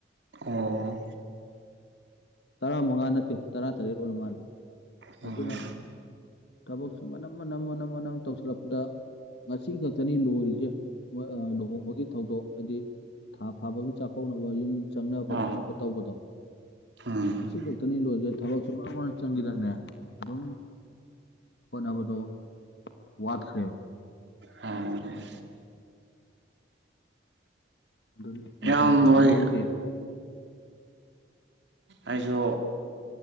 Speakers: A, on the right; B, on the left.
A: ꯑꯣ
B: ꯇꯔꯥꯃꯉꯥ ꯅꯠꯇꯦ ꯇꯔꯥꯇꯔꯦꯠ ꯑꯣꯏꯔ ꯃꯥꯜꯂꯦ
A: ꯎꯝ
B: ꯑꯗꯨꯅ ꯊꯕꯛꯁꯤꯦ ꯃꯅꯝ ꯃꯅꯝ ꯃꯅꯝ ꯃꯅꯝ ꯇꯧꯁꯤꯜꯂꯛꯄꯗ ꯉꯁꯤ ꯈꯛꯇꯅꯤ ꯂꯣꯏꯔꯤꯁꯦ ꯂꯨꯍꯣꯡꯕꯒꯤ ꯊꯧꯗꯣꯛ ꯍꯥꯏꯗꯤ ꯊꯥ ꯐꯥꯕꯒꯤ ꯆꯥꯛꯀꯧꯅꯕ ꯌꯨꯝ ꯆꯪꯅꯕ
A: ꯑꯥ
B: ꯈꯣꯠꯅꯕ ꯇꯧꯕꯗꯣ
A: ꯎꯝ
B: ꯉꯁꯤ ꯈꯛꯇꯅꯤ ꯂꯣꯏꯁꯦ ꯊꯕꯛꯁꯨ ꯃꯔ ꯃꯔꯅ ꯆꯪꯈꯤꯗꯅꯦ ꯑꯗꯨꯝ ꯍꯣꯠꯅꯕꯗꯣ ꯋꯥꯠꯈ꯭ꯔꯦꯕ
A: ꯑ
B: ꯑꯗꯨꯅꯤ
A: ꯏꯌꯥꯝꯕ
B: ꯃꯇꯝꯁꯦ
A: ꯍꯣꯏ
B: ꯈꯪꯍꯧꯗꯦ
A: ꯑꯩꯁꯨ